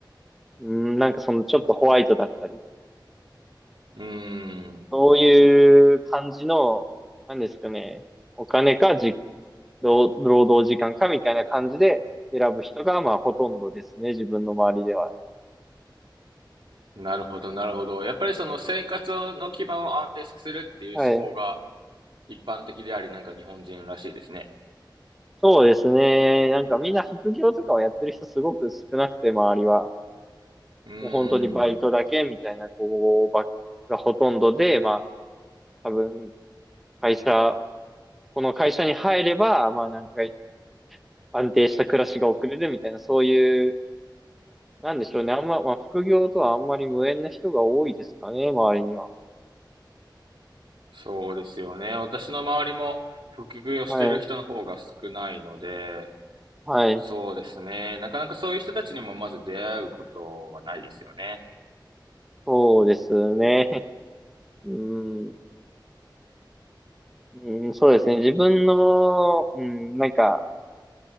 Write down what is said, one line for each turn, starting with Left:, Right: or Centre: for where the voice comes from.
Centre: うんなんかそのちょっとホワイトだったり。
Right: うーん。
Centre: そういう感じの、なんですかね、お金かじ、労労働時間かみたいな感じで選ぶ人が、まあ、ほとんどですね、自分の周りでは。
Right: なるほど、なるほど。やっぱりその生活の基盤を安定させるっていう思考が
Centre: はい。
Right: 一般的であり、なんか日本人らしいですね。
Centre: そうですね。なんかみんな副業とかをやってる人すごく少なくて、周りは。
Right: うーん。
Centre: もう本当にバイトだけみたいな子ばっがほとんどで、まあ、多分、会社、この会社に入れば、まあ、なんか安定した暮らしが送れるみたいな、そういうなんでしょうね。あんま、まあ、副業とはあんまり無縁な人が多いですかね、周りには。
Right: そうですよね。私の周りも副業してる人の方が少ないので、
Centre: はい。はい。
Right: そうですね。なかなかそういう人たちにもまず出会うことはないですよね。
Centre: そうですね。<laughs> うん。うん、そうですね。自分の、うん、なんか、